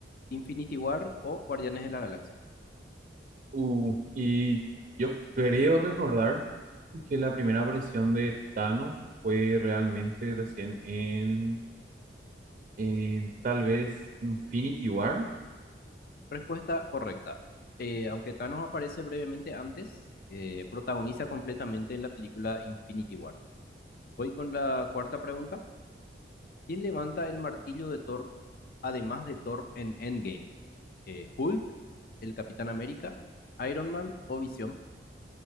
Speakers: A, on the left; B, on the right.
A: Infinity War o Guardianes de la Galaxia.
B: Uh, y yo creo recordar que la primera aparición de Thanos fue realmente recién en, en tal vez Infinity War.
A: Respuesta correcta. Eh, aunque Thanos aparece brevemente antes, eh, protagoniza completamente en la película Infinity War. Voy con la cuarta pregunta. ¿Quién levanta el martillo de Thor, además de Thor en Endgame? Eh, ¿Hulk, el Capitán América, Iron Man o Visión?